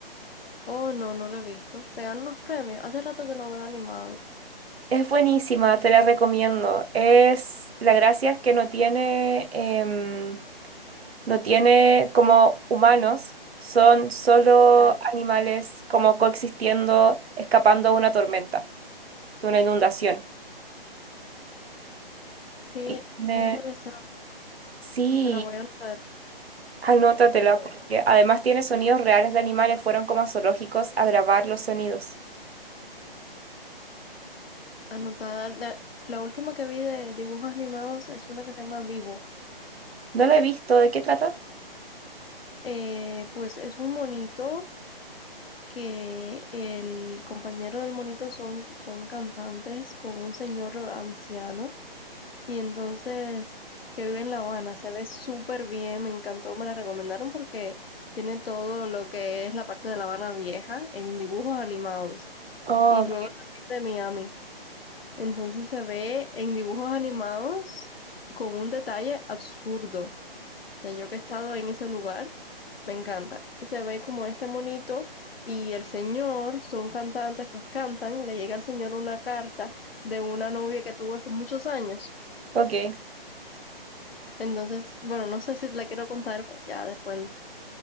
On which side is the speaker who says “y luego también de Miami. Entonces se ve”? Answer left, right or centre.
Left